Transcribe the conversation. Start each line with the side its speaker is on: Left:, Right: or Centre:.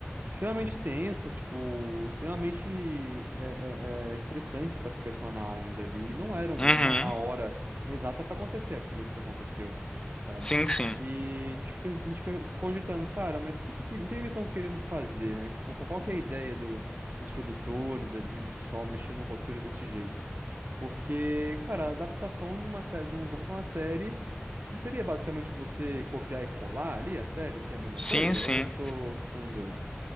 Right: extremamente tensa, tipo, extremamente é, é, é, estressante para as personagens ali. Não era uma
Left: uhum.
Right: a hora exata para acontecer aquilo que aconteceu, sabe?
Left: Sim, sim.
Right: E a gente fica, a gente fica cogitando, cara, mas o que, que, que- o que eles estão querendo fazer, né? Tipo, qual que é a ideia do, dos produtores ali, do pessoal mexendo no roteiro desse jeito? Porque, cara, a adaptação de uma série, de um jogo para uma série, não seria basicamente você copiar e colar ali a série, se é a mesma
Left: Sim,
Right: coisa?
Left: sim.
Right: Ou eu tô ficando doido?